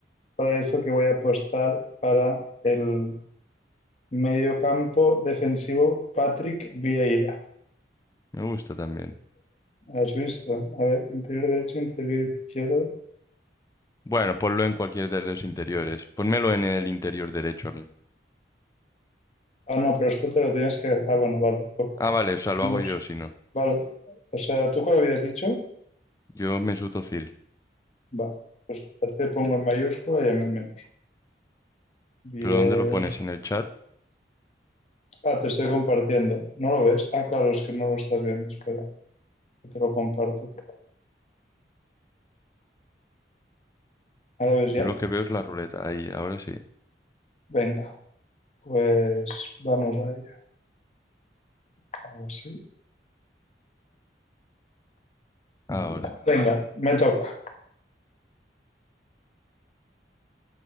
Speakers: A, on the left; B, on the left.
A: Para eso que voy a apostar para el Mediocampo defensivo, Patrick Vieira.
B: me gusta también.
A: ¿Has visto? A ver, interior derecho, interior izquierdo.
B: Bueno, ponlo en cualquier de los interiores. Pónmelo en el interior derecho a mí.
A: Ah, no, pero esto te lo tienes que. Ah, bueno, vale. lo
B: Ah, vale, o sea, lo
A: ponemos.
B: hago yo si no.
A: Vale. O sea, ¿tú cuál habías dicho?
B: Yo Mesut Özil.
A: Va. Pues te pongo en mayúscula y en menos. Bien.
B: ¿Pero dónde lo pones? ¿En el chat?
A: Ah, te estoy compartiendo. ¿No lo ves? Ah, claro, es que no lo estás viendo. Espera, que te lo comparto. ¿Ahora ves ya?
B: Yo lo que veo es la ruleta. Ahí, ahora sí.
A: Venga, pues vamos a ello. Así.
B: Ahora.
A: Venga, me toca.